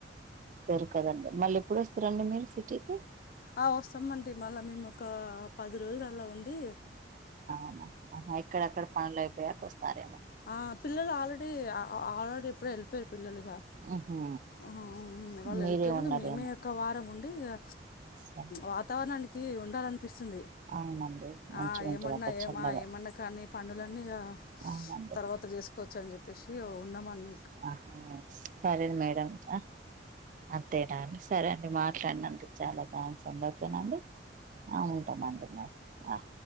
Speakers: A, on the right (about 45°); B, on the left (about 50°).
A: దొరకదండి మళ్ళీ ఎప్పుడు వస్తారండి మీరు సిటీకి
B: ఆ వస్తామండి మళ్ళీ మేము ఒక పది రోజుల అలా ఉండి
A: అవునా ఆహా ఇక్కడక్కడ పనులు అయిపోయాక వస్తారు
B: ఆ పిల్లలు ఆల్రెడీ ఆ ఆల్రెడీ ఎప్పుడో వెళ్ళిపోయారు పిల్లలుగా
A: ఉహు
B: ఆ వాళ్ళు
A: మీరే
B: వెళ్లిపోయారు
A: ఉన్నారేమో
B: మేమే ఒక వారం ఉండి ఇగా
A: సరే
B: వాతావరణానికి ఉండాలనిపిస్తుంది
A: అవునండి మంచిగా
B: ఆ
A: ఉంటది
B: ఏమన్నా
A: అక్కడ
B: ఏ
A: చల్లగా
B: ఏమన్నా కానీ పనులన్నీ ఇగ
A: అవునండి
B: తర్వాత చేసుకోవచ్చు అని చెప్పి ప్పేశి ఉన్నాం ఆన్
A: ఆహా సరే మేడం ఇంకా అంతేనా అండి సరే అండి మాట్లాడినా అందుకు చాల థాంక్స్ అండి ఓకేనండి ఆ ఉంటామండి మరి ఆ